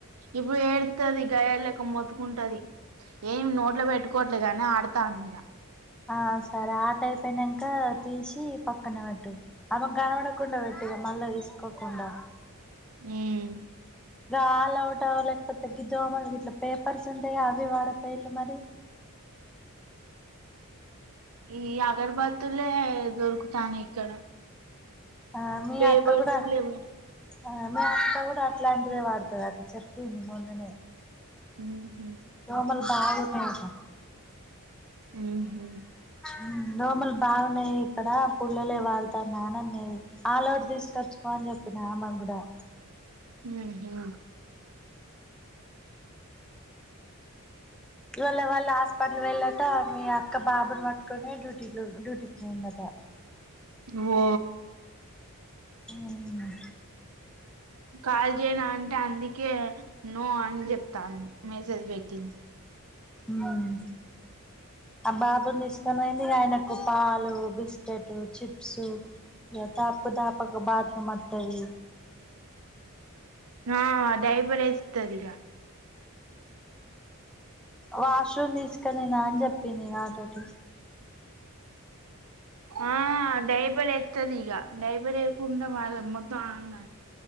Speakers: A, on the right; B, in the centre.
A: ఇప్పుడు ఏడుతాది గైయలు లెక్క మొత్తుకుంటది ఏమి నోట్లో పెట్టుకోవట్లేదు గాని ఆడ తాన్ మీద
B: ఆ సరే ఆట అయిపోయినాక తీసి పక్కన అట్టు ఆమెక కనపడకుండా పెట్టుగా ఇగ మళ్ళ తీసు కోకుండా
A: ఉమ్
B: గ ఆల్ అవుటో లేకపోతే గిదోమ ఇట్లా పేపర్స్ ఉంటాయి అవి వాడకపోయిల్లుమారి
A: ఈ అగర్బాత్లే దొరుకుతానై ఇక్కడ
B: ఆ మీ
A: పేపర్స్
B: అక్క కూడా
A: లేవు
B: ఆ మీ అక్క కూడా అట్లాంటిదే వాడుతాది అట చెప్పింది మొన్ననే
A: ఉమ్
B: దోమల్ బాగా ఉన్నాయంట
A: హ్మ్ హు
B: మ్మ్ దోమలు బాగున్నాయి ఇక్కడ పుల్లలే వాడుతాన అని అన్నది ఆల్ అవుట్ తీసుకొచ్చు ఫోన్ చెప్పిన ఆమెక్గూడా
A: ఉహూ
B: ఈవాళ్ళ వాళ్ళ హాస్పిటల్ వెళ్ళక మీ అక్క బాబుని పట్టుకొనే డ్యూ ఇంట్లో డ్యూటీకి పొమ్మ్ అత్త
A: ఓ
B: మ్మ్
A: కాల్ జేయనా అంటే అందుకే నో అని చెప్తాంది మెసేజ్ పెట్టించి
B: మ్మ్ ఆ బాబుని తీసుకొనియింది ఆయనకు పాలు బిస్కెట్లు చిప్సు ఇగ తాప్ కుదాప్ ఒక బాబ్ కి మాత్తేయి
A: ఆ డైబరస్ వేస్తదిగ
B: వాష్రూమ్ తీసుకెళ్ళిన అని చెప్పింది నాతోటి
A: ఆ డైప్ డైపర్ ఎత్తదిగా డైపరేయ్కున్నా మళ్ళా మొత్తం ఆయన